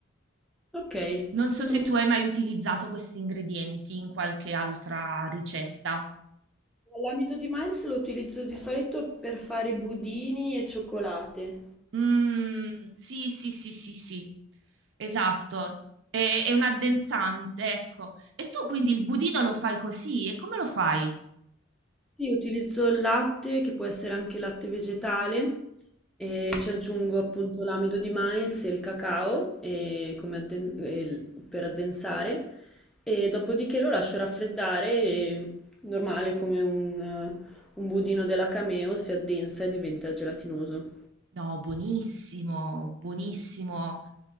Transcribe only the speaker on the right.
Non
so se
tu hai mai utilizzato questi ingredienti in qualche altra ricetta.
Mm, sì, sì, sì, sì, sì, esatto. È, è un addensante, ecco. E tu quindi il budino lo fai così? E come lo fai?
No, buonissimo, buonissimo.